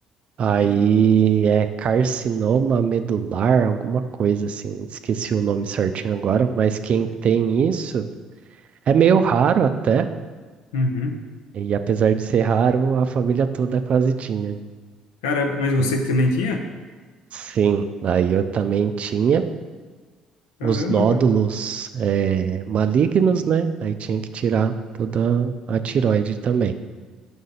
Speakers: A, on the right; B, on the left.
A: Aí
B: E-
A: é carcinoma medular, alguma coisa assim, esqueci o nome certinho agora, mas quem tem isso é meio raro até,
B: Uhum.
A: e apesar de ser raro, a família toda quase tinha.
B: Caramba, mas você
A: Então,
B: também tinha?
A: sim, aí eu também tinha
B: Caramba,
A: os nódulos
B: cara.
A: eh, malignos, né? Aí tinha que tirar toda a tireoide também.